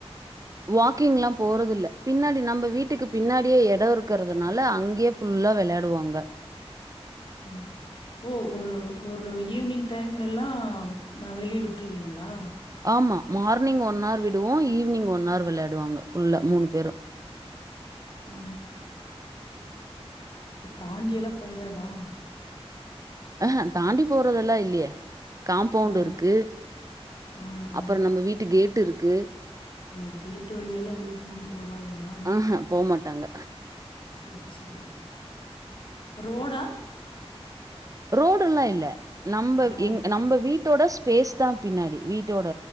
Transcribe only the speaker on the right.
வாக்கிங் எல்லா போறது இல்ல பின்னாடி நம்ம வீட்டுக்கு பின்னாடியே எடோ இருக்கிறதுனால அங்கயே ஃபுல்லா வெளையாடுவாங்க
ஆமா மார்னிங் ஒன் ஆர் விடுவோ ஈவினிங் ஒன் ஆர் வெளையாடுவாங்க ஃபுல்லா மூணு பேரு
ஆஹ்ஹா தாண்டி போறதெல்லா இல்லையே காம்பவுண்ட்
இருக்கு
அப்புற நம்ம வீட்டு கேட் இருக்கு
ஆஹ போமாட்டாங்க
ரோடுல்லா இல்ல நம்ப
எ நம்ப வீட்டோட ஸ்பேஸ்தா பின்னாடி வீட்டோட